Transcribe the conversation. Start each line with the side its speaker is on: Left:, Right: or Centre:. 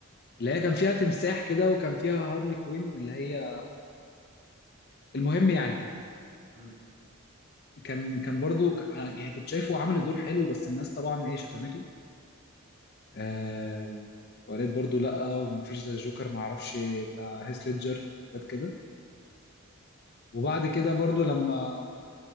Left: اللي هي
Right: لا
Left: كان فيها تمساح
Right: مش عارف
Left: كده وكان فيها هارلي كوين اللي هي المهم يعني
Right: امم
Left: كان كان برضو ك- أنا يعني كنت شايفه عامل الدور حلو بس الناس طبعا ايه شتمته أه وقالت برضو لا ومفيش زي جوكر معرفش بتاع هيث ليدجر حاجات كده وبعد كده برضو لما